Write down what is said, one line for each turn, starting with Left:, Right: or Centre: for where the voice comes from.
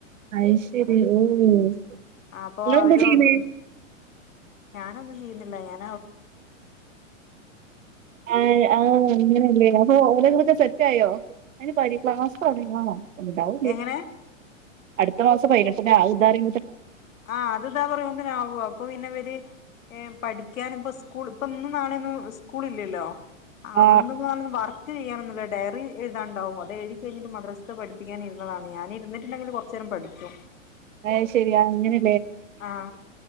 Right: അ ശരി ഓ എന്നങ്ങ
Left: അപ്പൊ അവരും
Right: എന്താ ചെയ്യുന്നേ
Left: അവിടുത്തെ ഞാനൊന്നും ചെയ്യുന്നില്ല ഞ
Right: ആ ആഅങ്ങനെല്ല ഓ ഓര കുറ്റ സെറ്റയോ അതിന് പ ക്ലാസ് തുടങ്ങിയണോ ഉണ്ടാവ
Left: എങ്ങനെ
Right: അടുത്ത മാസം പതിനെട്ടിന ആദാറി
Left: ആ അത്താ പറയതി ആവോ അപ്പൊ പിന്നെവര് പഠിക്കാനും ഇപ സ് ഇപ്പൊ ഇന്ന നാളെയൊന്നും സ്കൂൾ ഇല്ലല്ലോ
Right: ആ ആ,
Left: അവന്ന നാളെന്ന് വർക്ക് ചെയ്യാറോ ഡയറി എഴുതാണ്ടും അത് എഴുതി കഴിഞ്ഞിട്ട മദസ പഠിപ്പിക്കാന താണ് ഞാന ഇരിട്ടുണ്ടെങ്കിൽ കുറച്ചു നേരം പഠിക്കും
Right: അ ശരിയാ അങ്ങനെ
Left: ആ